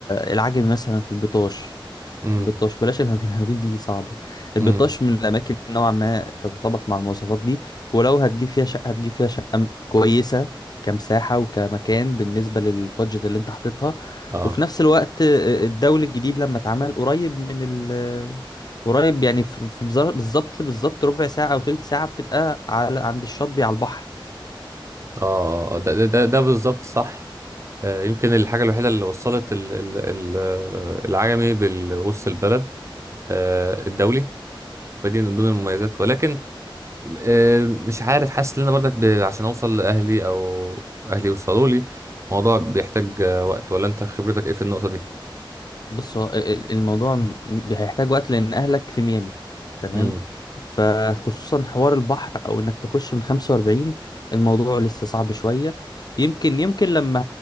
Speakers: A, on the left; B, on the right.
A: العجمي مثلا في البطاش
B: امم
A: البطاش بلاش الهرفين الهرفين <laughs> دي صعبة البطاش
B: امم
A: من الأماكن نوعا ما تتطابق مع المواصفات دي ولو هتجيب فيها شقة هتجيب فيها شقة م- كويسة كمساحة وكمكان بالنسبة للبادجت اللي انت حاططها
B: اه
A: وفي نفس الوقت آه، الدولي الجديد لما اتعمل قريب من ال قريب يعني في في بزر- بالظبط بالظبط ربع ساعة أو تلت ساعة بتبقى على عند الشاطبي على البحر
B: اه آه، آه. ده ده ده, ده بالظبط صح آه، يمكن الحاجة الوحيدة اللي وصلت ال ال ال آه، العجمي بوسط البلد آه، الدولي فدي من ضمن المميزات ولكن آه، مش عارف حاسس ان انا برضك ب- عشان اوصل لاهلي او اهلي يوصلوا لي الموضوع بيحتاج آه، وقت ولا انت خبرتك ايه في النقطة دي
A: بص هو ال- الموضوع م- م- هيحتاج وقت لان اهلك في ميامي تمام
B: امم
A: فخصوصا حوار البحر او انك تخش من 45 الموضوع لسه صعب شوية يمكن يمكن لما